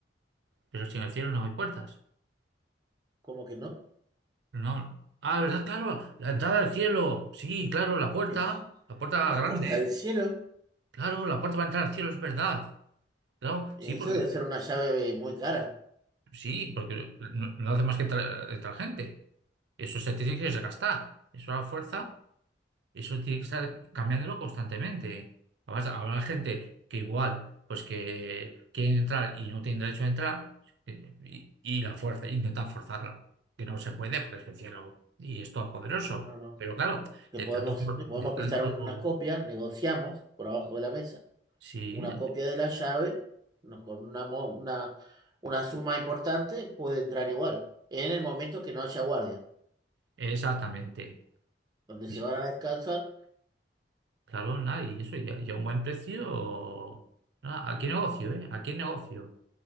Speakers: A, on the right; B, on the right.
A: Pero si en el cielo no hay puertas.
B: como que no?
A: No. Ah, ¿verdad? Claro, la entrada al cielo. Sí, claro, la puerta,
B: Es,
A: la puerta
B: las
A: grande.
B: puertas del cielo,
A: Claro, la puerta para entrar al cielo, es verdad. Claro,
B: eso
A: sí, porque,
B: debe ser una llave muy cara.
A: sí, porque no, no hace más que entrar entrar gente. Eso se tiene que desgastar. Eso a la fuerza. Eso tiene que estar cambiándolo constantemente. Además, habrá gente que igual, pues que quieren entrar y no tienen derecho a entrar, eh, y, y la fuerza, intentan forzarla, que no se puede porque es el cielo y es todopoderoso.
B: Y no, no, no.
A: Pero claro,
B: le
A: de
B: podemos,
A: tanto, for-
B: le podemos
A: de tanto,
B: prestar una copia, negociamos por abajo de la mesa
A: sí,
B: una copia de la llave, nos- con una, una, una suma importante, puede entrar igual. En el momento que no haya guardia,
A: exactamente.
B: donde
A: Y
B: se
A: sí,
B: van a descansar,
A: claro, nada, y eso, ya, ya un buen precio, nada, aquí negocio, ¿eh? Aquí negocio.